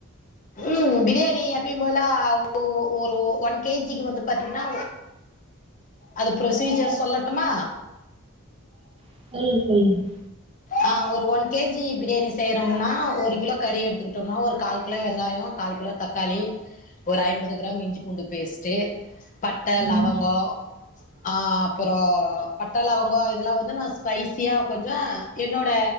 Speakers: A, on the left (about 40°); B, on the right (about 25°).
A: ம் பிரியாணி எப்பயும் போல ஒ ஒரு ஒன் கே ஜி க்கு வந்து பாத்திங்கனா அது ப்ரொசீஜர் சொல்லட்டுமா
B: சொல்லுங்க சொல்லுங்க
A: ஆ ஒரு ஒன் கே ஜி பிரியாணி செய்யறம்னா ஒரு கிலோ கறி எடுத்துக்கிட்டம்னா ஒரு கால் கிலோ வெங்காயோ கால் கிலோ தக்காளி ஒரு ஐம்பது கிராம் இஞ்சி பூண்டு பேஸ்ட்டு பட்ட
B: ம்
A: லவங்கோ ஆ அப்ப றோ பட்ட லவங்கோ இதுலா வந்து நா ஸ்பைசியா கொஞ்ச என்னோட